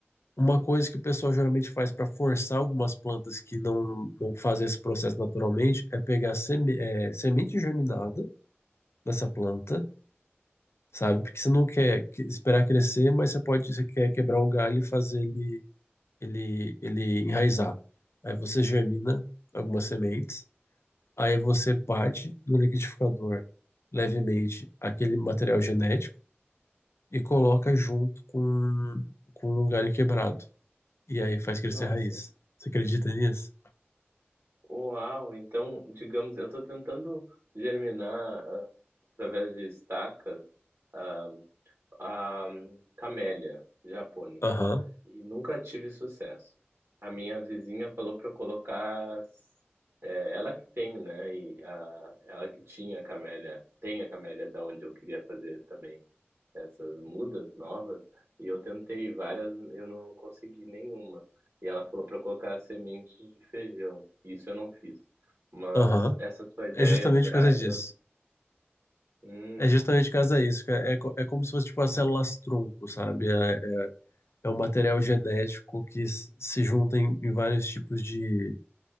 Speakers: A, on the left; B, on the right.
A: Uma coisa que o pessoal geralmente faz para forçar algumas plantas que não, não fazem esse processo naturalmente é pegar seme, é, semente germinada dessa planta, sabe? Porque você não quer que- esperar crescer, mas você pode, você quer quebrar o galho e fazer ele ele, ele enraizar. Aí você germina algumas sementes, aí você bate no liquidificador levemente aquele material genético e coloca junto com, com um galho quebrado. E aí faz crescer
B: Nossa.
A: raiz. Você acredita nisso?
B: Uau, então, digamos, eu estou tentando germinar ah, através de estacas. ah, a camélia japônica
A: Aham,
B: e nunca tive sucesso. A minha vizinha falou para eu colocar, é, ela que tem, né? E a, ela que tinha a camélia, tem a camélia da onde eu queria fazer também essas mudas novas. E eu tentei várias, eu não consegui nenhuma. E ela falou para colocar semente de feijão. Isso eu não fiz. Mas
A: aham.
B: essa tua ideia,
A: É justamente
B: será?
A: por causa disso.
B: Eu, hum,
A: É justamente por causa disso, cara. É, co- é como se fosse tipo as células tronco, sabe? É, é é um material genético que s- se junta em, em vários tipos de